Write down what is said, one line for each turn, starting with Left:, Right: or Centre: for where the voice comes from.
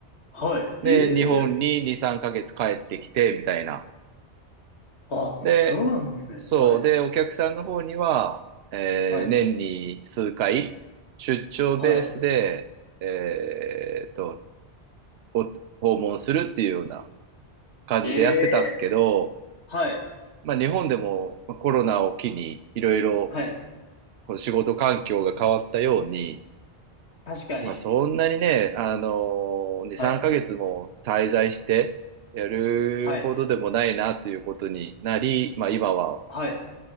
Left: はい。
Right: で、
Left: え
Right: 日本に2、
Left: え、
Right: 3ヶ月帰ってきて、みたいな。
Left: あ、そうなんですね。
Right: で、そう。
Left: はい、
Right: で、お客さんの方には、えー年に数回、
Left: はい、
Right: 出張ベースで、
Left: はい。
Right: えーと、お訪問するっていうような感じでやってたんですけど、
Left: ええ、はい、
Right: まあ、日本でもまあコロナを機に、いろいろ
Left: はい。
Right: この仕事環境が変わったように、
Left: 確かに。
Right: まあ、そんなにね、あの2、
Left: はい、
Right: 3ヶ月も滞在してやるほどでもないなということになり、
Left: はい、
Right: まあ、今は
Left: はい。